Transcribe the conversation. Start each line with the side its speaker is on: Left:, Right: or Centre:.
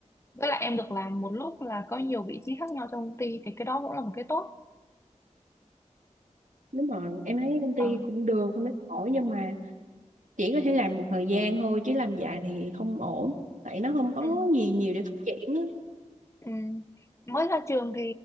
Left: với lại em được làm một lúc là có nhiều vị trí khác nhau trong công ty thì cái đó cũng là một cái tốt
Right: đúng rồi, em thấy công
Left: Ờ,
Right: ty cũng được, không thấy ổn nhưng mà chỉ có thể làm một thời gian thôi chứ làm dài thì không ổn, tại nó không có
Left: ừ,
Right: gì nhiều để phát triển á.
Left: ừ. mới ra trường thì